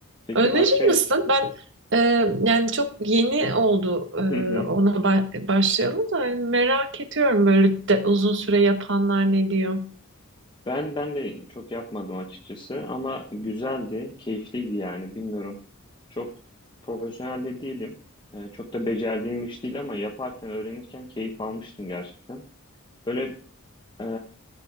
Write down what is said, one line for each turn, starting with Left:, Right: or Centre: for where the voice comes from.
Left: Peki
Right: Önerir
Left: başka?
Right: misin? Ben e, yani çok yeni oldu e,
Left: <laughs>
Right: ona ba- başlayalım da hani merak ediyorum böyle de, uzun süre yapanlar ne diyor.
Left: Ben ben de çok yapmadım açıkçası ama güzeldi, keyifliydi yani bilmiyorum. Çok profesyonel de değilim. Ee, çok da becerdiğim iş değil ama yaparken, öğrenirken keyif almıştım gerçekten. Böyle e,